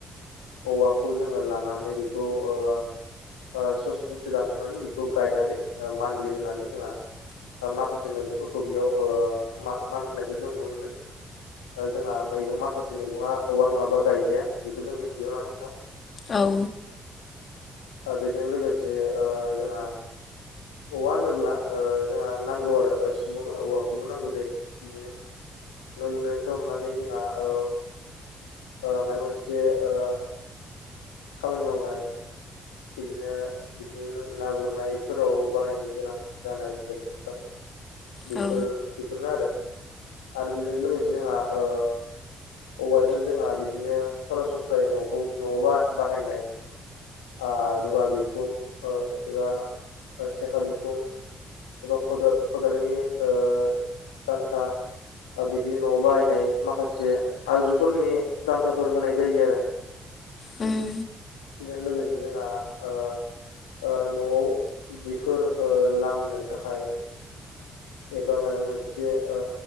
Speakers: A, on the left; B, on the left.
A: ओ औवाखौ जोङो लानानै बेखौ ओ ओ ससे ससे दानस'नानै बिखौ गायनानै ओ मानलि होननानै जोंहा माखासे मैगंफोरखौ बियाव ओ मा मानखोनायखौ जों नुनो मोनो। जोंहा मैगं माखासे मैगङा औवा नङाबा गायजाया बेखौ जों मिथिगौ ना नोंथां।
B: औ
A: बेजों लोगोसे ओ जोंहा औवा होनोब्ला ओ जोंहा नांगौ आरो सुबुंनो औवाखौबो नांगौ जायो। न लुनायनिफ्राय हमनानै जोंहा ओ ओ माबा मोनसे ओ खामानि मावनाय बिदिनो बिदिनो ना गुरनायफोराव बाहायनो गोनां जानाय जेखाय बेफोर
B: औ
A: बेफोरनोआरो आरो बेजों लोगोसे जोंहा ओ औवाजों जोंहा बिदिनो सरासनस्रायै नखौ नबा बाहायनाय ओ रुवा बिखुं ओ एबा सेखा बिखुं एबा खदाल खदालनि ओ दान्था ओ बिदि न'आव बाहायनाय माखासे आगजुफोरनि दान्थाफोर होनाय जायो आरो।
B: उम
A: बेजों लोगोसे जोंहा ओ ओ न'आव जिफोर ओ लामनो थाखाय एबा माबा मोनसे ओ